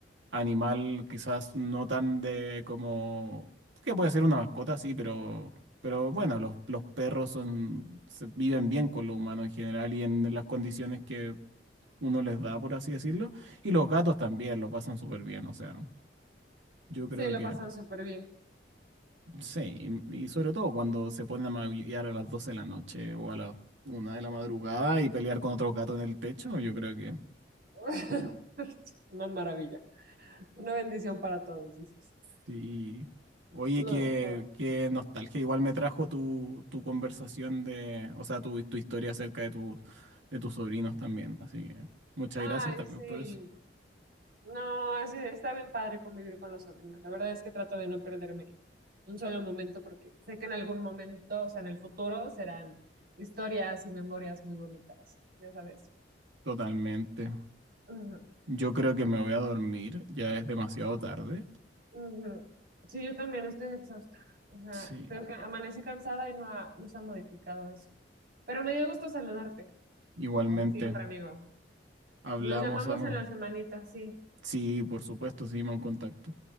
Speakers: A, on the right (about 85°); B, on the right (about 55°).
A: animal quizás no tan de como, que puede ser una mascota, sí, pero, pero bueno, los, los perros son, se- viven bien con lo humano en general y en las condiciones que uno les da, por así decirlo. Y los gatos también lo pasan súper bien, o sea. Yo creo
B: Sí, lo
A: que
B: pasan súper bien.
A: sí, y, y sobre todo cuando se ponen a maullar a las 12 de la noche o a las una de la madrugada y pelear con otro gato en el techo, yo creo que
B: <laughs> Una maravilla. Una bendición para todos, dices.
A: sí. Oye,
B: No.
A: qué,
B: no.
A: qué nostalgia. Igual me trajo tu, tu conversación de, o sea, tu, tu historia acerca de tus de tus sobrinos también. Así que muchas
B: Ay,
A: gracias también
B: sí.
A: por eso.
B: No, así está bien padre convivir con los sobrinos. La verdad es que trato de no perderme un solo momento porque sé que en algún momento, o sea, en el futuro, serán historias y memorias muy bonitas, ya sabes.
A: Totalmente.
B: Ujú,
A: Yo creo que me voy a dormir, ya es demasiado tarde.
B: ujú. Sí, yo también estoy exhausta. O sea,
A: Sí,
B: tengo que amanecí cansada y no, ha- no se ha modificado eso. Pero me dio gusto saludarte,
A: igualmente.
B: como siempre, amigo.
A: Hablamos,
B: Nos llamamos
A: amo.
B: en la semanita, sí.
A: Sí, por supuesto, seguimos en contacto.